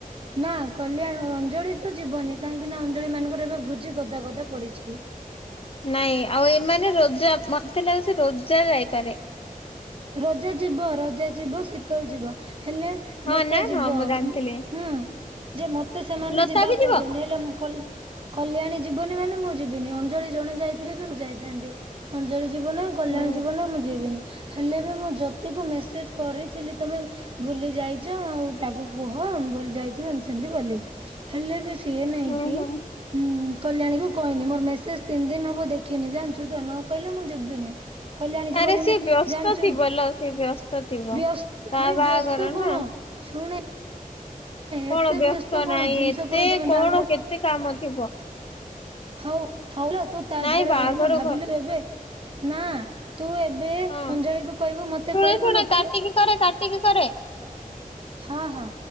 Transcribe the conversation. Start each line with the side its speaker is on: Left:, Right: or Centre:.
Right: ନା କଲ୍ୟାଣ ଅଞ୍ଜଳି ତ ଯିବନି କାହିଁକି ନା ଅଞ୍ଜଳି ମାନଙ୍କର ଏବେ ଭୋଜି ଗଦା- ଗଦା ପଡିଛି।
Left: ନାଇଁ ଆଉ ଏମାନେ ରୋଜା ମତେ ଲାଗୁଛି ରୋଜା ଯାଇପାରେ।
Right: ରୋଜା ଯିବ ରଜା ଯିବ ଶୀତଳ ଯିବ ହେଲେ
Left: ହଁ
Right: ଲତା
Left: ନା
Right: ଯିବ
Left: ହଁ ମୁଁ ଜାଣିଥିଲି
Right: ହୁଁ ଯେ ମତେ ସେମାନେ
Left: ଲତା
Right: ଯିବା
Left: ବି ଯିବ?
Right: କହୁଛନ୍ତି ହେଲେ ମୁଁ କଲ୍ କଲ୍ୟାଣୀ ଯିବନି ମାନେ ମୁଁ ଯିବିନି ଅଞ୍ଜଳି ଜଣେ ଯାଇଥିଲେ ବି ମୁଁ ଯାଇଥାନ୍ତି। ଅଞ୍ଜଳି ଯିବ ନାଇ କଲ୍ୟାଣି
Left: ହୁଁ
Right: ଯିବ ନା ମୁଁ ଯିବିନି। ହେଲେ ବି ମୁଁ ଜ୍ୟାତିକୁ ମେସେଜ କରିଥିଲି ତମେ ଭୁଲି ଯାଇଛ ଆଉ ତାକୁ କୁହ ଆମେ ଭୁଲି ଯାଇଥିବ ଏମିତି ସେମିତି ବୋଲି। ହେଲେ ବି ସିଏ ନାହିଁ
Left: ହୁଁ
Right: କି
Left: ହୁଁ
Right: ହୁଁ କଲ୍ୟାଣୀକୁ କହିନି ମୋର ମେସେଜ ତିନି ଦିନ ହବ ଦେଖିନି ଜାଣିଛୁ ତ ନ କହିଲେ ମୁଁ ଯିବିନି। କଲ୍ୟାଣି ଯିବନି
Left: ଆରେ ସିଏ
Right: ମୁଁ
Left: ବ୍ୟସ୍ତ
Right: ଜାଣିଚୁ
Left: ଥିବ ଲୋ ସିଏ ବ୍ୟସ୍ତ ଥିବ।
Right: ବ୍ୟସ୍
Left: ତା
Right: ଆରେ
Left: ବାହାଘର
Right: ବ୍ୟସ୍ତ କଣ
Left: ନା
Right: ଶୁଣେ
Left: କଣ
Right: ଏତେ
Left: ବ୍ୟସ୍ତ
Right: କଣ
Left: ନାହିଁ
Right: ଜିନିଷ
Left: ଏତେ
Right: ତମେ
Left: କଣ
Right: ବାହାଘର
Left: କେତେ କାମ ଥିବ।
Right: ହଉ ହଉଲୋ ତୁ ତାଜାଗାରେ
Left: ନାଇଁ ବାହାଘର
Right: ରହିଲୁ ଭାବିଲୁ
Left: ଘ
Right: ଏବେ ନା ତୁ ଏବେ
Left: ହଁ
Right: ଅଞ୍ଜଳି କୁ କହିବୁ ମତେ
Left: ଶୁଣେ
Right: କହିବୁନୁ
Left: ଶୁଣେ କାଟିକି
Right: କି
Left: କରେ କାଟିକି କରେ।
Right: ହଁ ହଁ।